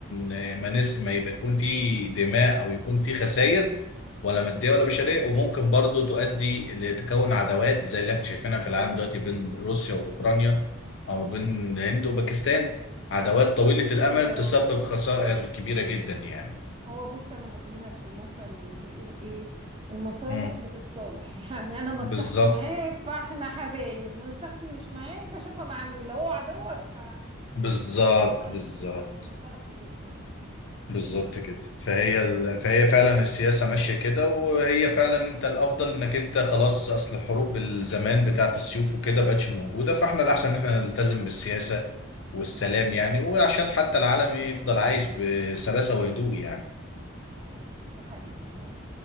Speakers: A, on the left; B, on the right.
A: آه، ما نس... ما يبقى يكون في دماء او يكون في خسائر ولا مادية ولا بشرية وممكن برضو تؤدي لتكون عداوات زي اللي احنا شايفينها في العالم دلوقتي بين روسيا واوكرانيا او بين الهند وباكستان عداوات
B: لا
A: طويلة
B: بس
A: الامد
B: هي
A: تسبب خسائر كبيرة جدا يعني
B: هو بص انا مؤمنة بمثل بيقول ايه المصالح
A: مم.
B: بتتصالح <laughs> يعني انا مصلحتي
A: بالظبط
B: معاك فاحنا حبايب مصلحتي مش معاك اشوفها مع مين لو هو عدوك فخلاص
A: بالظبط
B: معلش
A: بالظبط
B: يعني المصالح بتتصالح
A: بالظبط كده فهي ال... فهي فعلا السياسة ماشية كده وهي فعلا انت الافضل انك انت خلاص اصل الحروب الزمان بتاعت السيوف وكده بقتش موجودة فاحنا الاحسن ان احنا نلتزم بالسياسة والسلام
B: امم
A: يعني وعشان حتى العالم يفضل عايش بسلاسة وهدوء يعني
B: أمم، ده حقيقي